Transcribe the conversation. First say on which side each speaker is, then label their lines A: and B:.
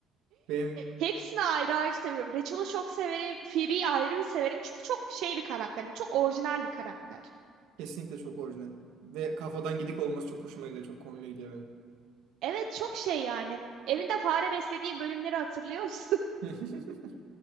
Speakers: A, on the right; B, on the right.
A: Benim
B: Hepsini ayrı ayrı seviyorum. Rachel'ı çok severim. Phoebe'yi ayrı bir severim. Çünkü çok şey bir karakter. yani Çok orijinal bir karakter.
A: kesinlikle çok orijinal. Ve kafadan gidik olması çok hoşuma gidiyor. Çok komik gidiyor benim.
B: Evet çok şey yani. Evinde fare beslediği bölümleri hatırlıyor musun?
A: <laughs>